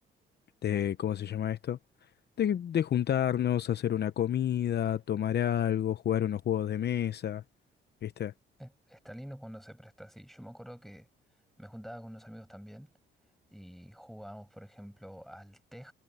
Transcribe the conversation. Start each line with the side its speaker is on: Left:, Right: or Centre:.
Left: de ¿cómo se llama esto? De, de juntarnos, hacer una comida, tomar algo, jugar unos juegos de mesa, ¿viste?
Centre: eh, está lindo cuando se presta así. Yo me acuerdo que me juntaba con unos amigos también y jugábamos, por ejemplo, al tej